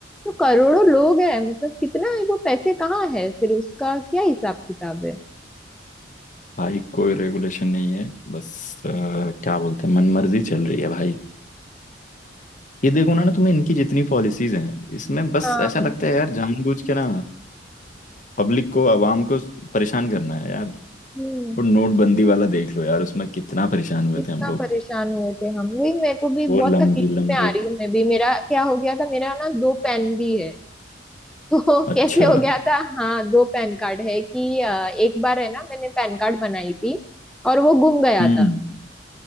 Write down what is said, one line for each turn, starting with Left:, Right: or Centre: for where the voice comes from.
Centre: तो करोड़ों लोग हैं मतलब कितना है वो पैसे कहाँ है फिर उसका क्या हिसाब किताब है
Left: भाई कोई रेगुलेशन नहीं है बस अ, क्या बोलते हैं मनमर्जी चल रही है भाई ये देखो ना ना तुम्हें इनकी जितनी पॉलिसीज हैं इसमें बस
Centre: हाँ
Left: ऐसा लगता है यार जानबूझ के ना पब्लिक को आवाम को परेशान करना है यार
Centre: हम्म
Left: वो नोटबंदी वाला देख लो यार उसमें कितना परेशान हुए
Centre: कितना
Left: थे हम लोग
Centre: परेशान हुए थे हम वही मेरे को भी
Left: वो
Centre: बहुत
Left: लंबी
Centre: तकलीफ
Left: लंबी
Centre: में आ रही हूँ मैं भी मेरा क्या हो गया था मेरा ना दो पेन भी है <laughs> तो
Left: अच्छा
Centre: कैसे हो गया था हाँ दो पैन कार्ड है कि अ, एक बार है ना मैंने पैन कार्ड बनाई थी और वो गुम गया
Left: हम्म
Centre: था